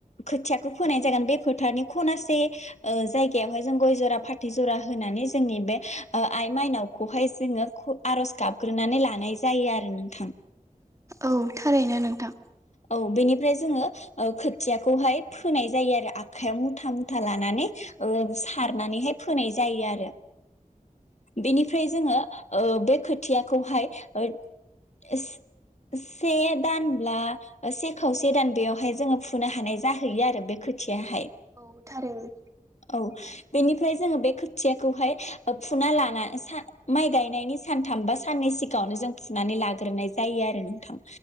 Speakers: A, on the left; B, on the right.
A: खोथियाखौ फोनाय जागोन बे फोथारनि खनासे ओ जायगायावहाय जों गय जरा फाथै जरा होनानै जोंनि बे ओ आइ माइनावखौहाय जोङो ख आर'ज गाबग्रोनानै लानाय जायो आरो नोंथां।
B: औ थारैनो नोंथां।
A: औ बेनिफ्राय जोङो ओ खोथियाखौहाय फोनाय जायो आरो आखायाव मुथा मुथा लानानै। ओ सारनानैहाय फोनाय जायो आरो बेनिफ्राय जोङो ओ बे खोथियाखौहाय ओ एस से दानब्ला से खावसे दान बेयावहाय जोङो फुनो हानाय जाहैयो आरो बे खोथियाहाय।
B: औ थारैनो
A: औ बेनिफ्राय जोङो बे खोथियाखौहाय ओब फुना लाना माइ गायनायनि सानथाम बा साननै सिगाङावनो जों फुनानै लाग्रोनाय जायो आरो नोंथां